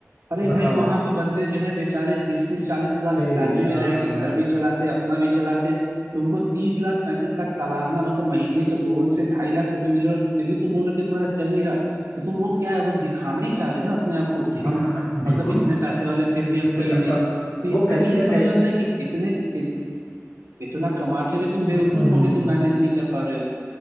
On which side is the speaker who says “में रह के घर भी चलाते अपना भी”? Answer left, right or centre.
Right